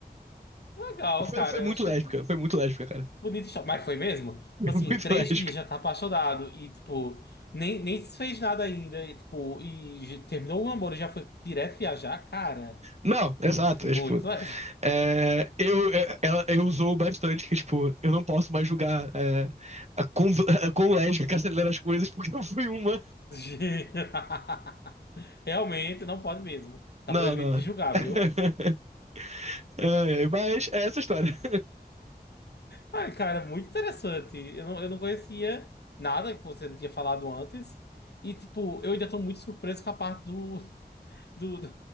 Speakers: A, on the left; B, on the right.
A: Legal,
B: Foi,
A: cara.
B: foi
A: Eu
B: muito
A: achei
B: lésbica, foi muito lésbica, cara.
A: bonito. isso. Mas foi mesmo? Tipo
B: Foi
A: assim,
B: muito
A: três
B: lésbica.
A: dias já tá apaixonado e, tipo, nem, nem se fez nada ainda. E, tipo, e j- terminou o namoro e já foi direto viajar. Cara,
B: Não, exato,
A: muito, muito
B: é tipo.
A: lésbico.
B: é, eu, é, ela, eu usou bastante que, tipo, eu não posso mais julgar é, a quão, a quão lésbica acelera as coisas, porque eu fui uma.
A: <laughs> Realmente, não pode mesmo. Tá
B: Não,
A: proibido
B: não.
A: de julgar,
B: <laughs>
A: viu?
B: Ai, ai, Mas é essa a história.
A: Ai, cara, muito interessante. Eu não, eu não conhecia nada que você não tinha falado antes. E, tipo, eu ainda tô muito surpreso com a parte do, do, do-